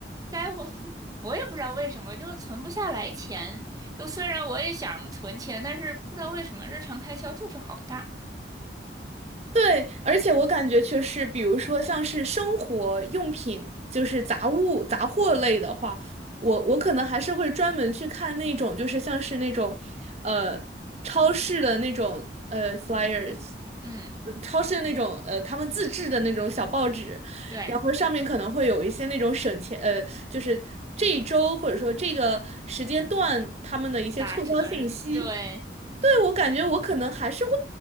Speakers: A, on the right; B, on the right.
A: 该红 <laughs>，我也不知道为什么，就是存不下来钱。就虽然我也想存钱，但是不知道为什么日常开销就是好大。
B: <laughs> 对，而且我感觉就是，比如说像是生活用品，就是杂物、杂货类的话，我我可能还是会专门去看那种，就是像是那种，呃，超市的那种呃 flyers，
A: 嗯，
B: 呃超市的那种呃他们自制的那种小报纸。
A: 对，
B: 然后上面可能会有一些那种省钱，呃，就是这一周或者说这个时间段他们的一些促销信息。
A: 打折的，对。
B: 对，我感觉我可能还是会